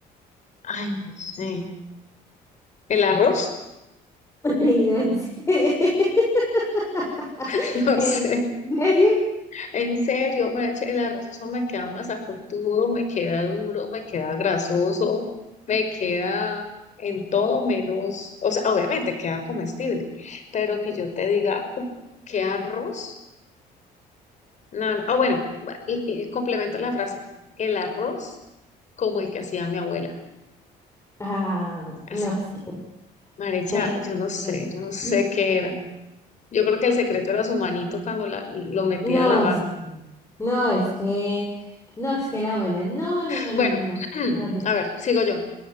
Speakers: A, on the left; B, on the left.
A: Ay, no sé. ¿El arroz?
B: Ay, no, ¿en serio? <laughs>
A: <laughs> No
B: ¿En
A: sé.
B: serio?
A: En serio, mariachi, el arroz eso me queda masacotudo, me queda duro, me queda grasoso, me queda en todo menos, o sea, obviamente queda comestible, pero que yo te diga, "Uf, ¿qué arroz? No, no. Ah, bueno, y, y complemento la frase, el arroz como el que hacía mi abuela,
B: Ah,
A: así.
B: no, es que...
A: Marecha,
B: pe-
A: yo no sé,
B: eh,
A: yo no sé
B: <clears throat>
A: qué era. Yo creo que el secreto era su manito cuando la- lo metía
B: No,
A: a lavar.
B: sí. No, es que... No, es que la abuela... No, no, no,
A: Bueno,
B: no, no, no.
A: <clears throat>
B: Mejor dicho.
A: a ver, sigo yo,